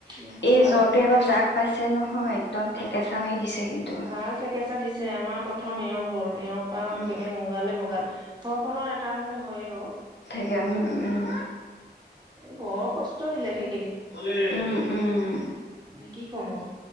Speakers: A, on the right; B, on the left.
A: নকবা
B: এই জ্বৰটোৱে
A: আৰু
B: এবাৰ যাক পাইছে নহয় একদম থেকেচা মাৰি দিছে কিন্তু
A: ভাল থেকেছা দিছ তে আমাৰ প্ৰথম এওঁৰ হ'ল এওঁৰ পৰা
B: উম
A: একেবাৰে মোৰ গালে বগাল ঘৰখনৰ এটা হ'ল লে হয় অও
B: এয়া উম
A: বৰ কষ্ট দিলে সেই
B: উম উম উ
A: মানে কি ক'ম আৰু